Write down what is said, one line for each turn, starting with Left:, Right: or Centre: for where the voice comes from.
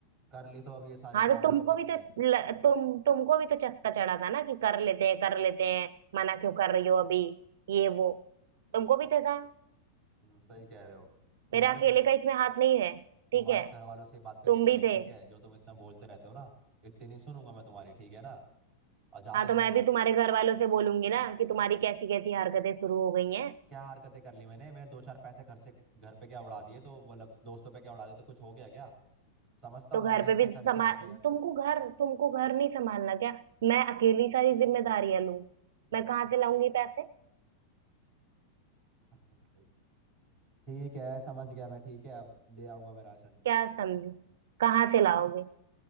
Centre: कर ली तो अब ये सारे
Right: हाँ
Centre: ड्रामे
Right: तो तुमको
Centre: और दिख
Right: भी
Centre: रहे
Right: तो
Centre: हैं
Right: ल- तुम तुमको भी तो चस्का चढ़ा था ना कि कर लेते हैं कर लेते हैं मना क्यों कर रही हो अभी ये वो तुमको भी तो था
Centre: हम्म, सही कह रहे हो तुम्हारे
Right: मेरा अकेले
Centre: घर
Right: का इसमें हाथ नहीं है
Centre: तुम्हारे
Right: ठीक है
Centre: घर वालों से बात करनी
Right: तुम
Centre: पड़ेगी
Right: भी थे
Centre: ठीक है जो तुम इतना बोलते रहते हो ना इतनी नहीं सुनूंगा मैं तुम्हारी ठीक है ना और जाते
Right: हाँ तो
Centre: ही अगर
Right: मैं भी तुम्हारे घर वालों से बोलूंगी ना कि तुम्हारी कैसी कैसी हरकतें शुरू हो गई हैं
Centre: क्या हरकतें कर ली मैंने मैंने दो चार पैसे खर्चे घर पे क्या उड़ा दिए तो मतलब दोस्तों पे क्या उड़ा दिए तो कुछ हो गया क्या समझता
Right: तो
Centre: हूँ
Right: घर
Centre: भाई घर
Right: पे भी
Centre: के खर्चे
Right: संभाल
Centre: होते
Right: तुमको घर तुमको घर नहीं संभालना क्या मैं अकेली सारी जिम्मेदारियां लूं मैं कहाँ से लाऊंगी पैसे
Centre: हैं ठीक है समझ गया मैं ठीक है अब ले आऊंगा मैं राशन
Right: क्या समझे कहाँ से लाओगे